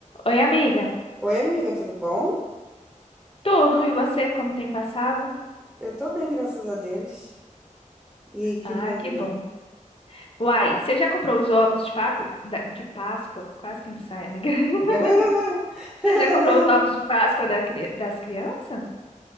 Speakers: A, on the left; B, in the centre.
A: Oi, amiga.
B: Oi, amiga, tudo bom?
A: Tudo, e você? Como tem passado?
B: Eu tô bem, graças a Deus. E que
A: Ah,
B: manda?
A: que bom. Uai, você já comprou os ovos de Paco, da- de Páscoa? Quase que não sai, amiga. <laughs>
B: <laughs>
A: Você já comprou os ovos de Páscoa da cri- das crianças?